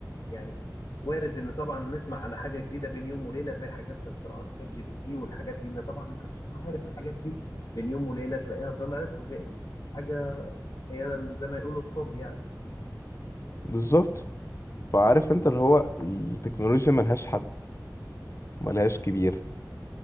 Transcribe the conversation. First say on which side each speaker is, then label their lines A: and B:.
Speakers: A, on the left; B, on the left.
A: يعني وارد ان طبعا نسمع على حاجه جديده بين يوم وليله زي حاجات اختراعات شات جي بي تي والحاجات دي ان طبعا ما حدش كان عارف الحاجات دي بين يوم وليله تلاقيها طلعت وبقت حاجه هي زي ما يقولوا الطب يعني
B: بالظبط فعارف انت اللي هو التكنولوجيا ملهاش حد ملهاش كبير